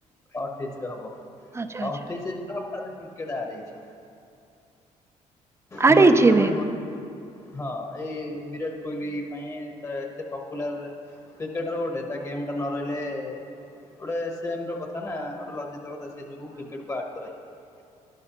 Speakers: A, on the left; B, on the right.
A: ଅଠେଇଶ ରେ ହବ,
B: ଆଚ୍ଛା ଆଚ୍ଛା
A: ଅଠେଇଶ ଯେବେ ହବ ତା ଦେହରେ କ୍ରିକେଟ ଆଡ ହେଇଛି।
B: ଆଡ୍
A: ନୂଆ
B: ହେଇଛି
A: ଟୁର୍ଣ୍ଣାମେଣ୍ଟ
B: ଏବେ
A: ନୂଆ ହଁ ଏଇ ବିରାଟ କୋହଲି ପାଇଁ ତ ଏତେ ପପୁଲାର କ୍ରିକେଟର ଗୋଟେ ତା ଗେମ୍ ଟା ନ ରହିଲେ ଗୋଟେ ସେମ ର କଥା ତାନା ଗୋଟେ ଲଜ୍ଜିତ କଥା ସେଇଯୋଗୁ କ୍ରିକେଟ କୁ ଆଡ କରାହେଇଛି।